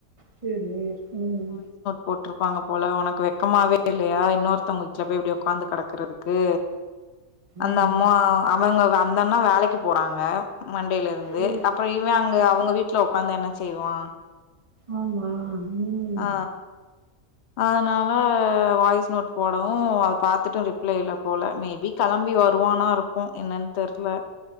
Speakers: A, on the right; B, on the left.
A: செரி ம்
B: போட்டிருப்பாங்க போல உனக்கு வெக்கமாவே இல்லயா இன்னொருத்தவங்க வீட்ல போய் இப்டி உக்காந்து கிடக்கறதுக்கு அந்த
A: ம்
B: அம்மா அவங்க அந்தண்ணா வேலைக்கி போறாங்க மண்டேல இருந்து
A: ஓ
B: அப்றம் இவே அங்க அவங்க வீட்ல உக்காந்து என்ன செய்வா
A: ஆமா ம்
B: ஆ அதனால வாய்ஸ் நோட் போடவு அத பாத்துட்டு ரிப்ளை இல்ல போல மேபி கிளம்பி வருவானாருக்கு என்னன்னு தெர்ல